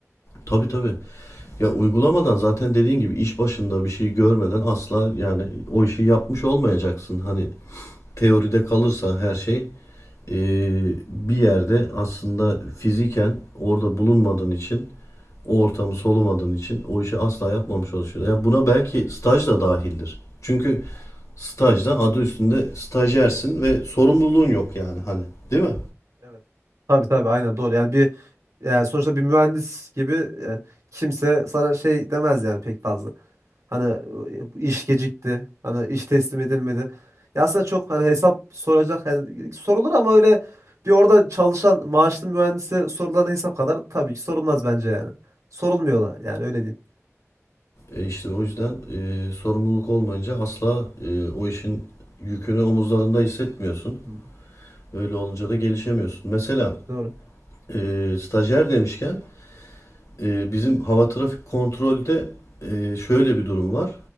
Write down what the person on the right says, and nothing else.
Evet. Tabii tabii aynen doğru. Yani bir yani sonuçta bir mühendis gibi e, kimse sana şey demez yani pek fazla. Hani e, iş gecikti. Hani iş teslim edilmedi. Ya aslında çok hani hesap soracak yani sorulur ama öyle bir orada çalışan maaşlı mühendise sorulan hesap kadar tabii ki sorulmaz bence yani. Sorulmuyorlar yani öyle diyeyim.
Hı.
Doğru.